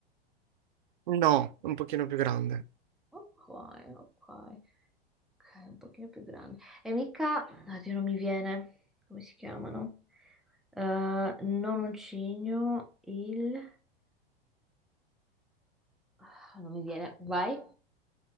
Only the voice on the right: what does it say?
No, un pochino più grande.